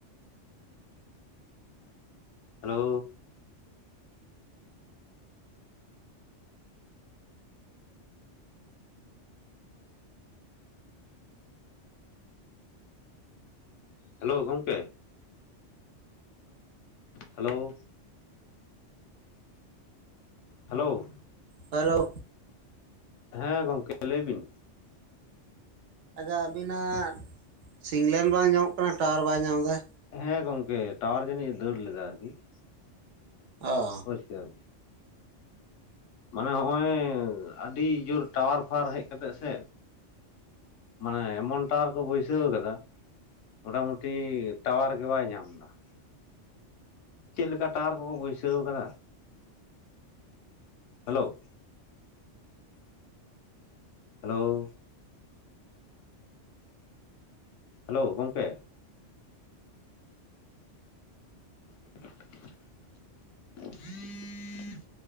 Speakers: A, on the left (about 85°); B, on the right (about 75°).
A: hello hello ᱜᱚᱝᱠᱮ? Hello hello
B: hello!
A: ᱦᱮᱸ ᱜᱚᱝᱠᱮ ᱞᱟᱹᱭ ᱵᱤᱱ?
B: ᱟᱪᱪᱷᱟ ᱟᱵᱤᱱᱟᱜ ᱥᱤᱝᱞᱮᱱ ᱵᱟᱝ ᱧᱟᱢᱚᱜ ᱠᱟᱱᱟ ᱴᱟᱣᱟᱨ ᱵᱟᱭ ᱧᱟᱢ ᱫᱟᱭ ᱾
A: ᱦᱮᱸ ᱜᱚᱝᱠᱮ ᱴᱟᱣᱟᱨ ᱡᱟᱹᱱᱤᱡ ᱮ ᱫᱟᱹᱲ ᱞᱮᱫᱟ ᱟᱨᱠᱤ ᱾
B: ᱚ
A: ᱵᱩᱡ ᱠᱮᱫᱟ ᱵᱤᱱ ᱾ ᱢᱟᱱᱮ ᱦᱚᱸᱜᱼᱚᱭ ᱟᱹᱰᱤ ᱡᱳᱨ ᱴᱟᱣᱟᱨ ᱯᱷᱟᱣᱟᱨ ᱦᱮᱡ ᱠᱟᱛᱮᱜ ᱥᱮ, ᱢᱟᱱᱮ ᱮᱢᱚᱱ ᱴᱟᱣᱟᱨ ᱠᱚ ᱵᱟᱹᱭᱥᱟᱹᱣ ᱠᱟᱫᱟ ᱢᱳᱴᱟᱢᱩᱴᱤ ᱴᱟᱣᱟᱨ ᱜᱮ ᱵᱟᱭ ᱧᱟᱢ ᱫᱟ ᱾ ᱪᱤᱫ ᱞᱮᱠᱟ ᱴᱟᱣᱟᱨ ᱠᱚᱠᱚ ᱵᱟᱹᱭᱥᱟᱹᱣ ᱠᱟᱫᱟ! ᱦᱮᱞᱳ! ᱦᱮᱞᱳᱻ ᱦᱮᱞᱳ ᱜᱚᱝᱠᱮ! <inaudible>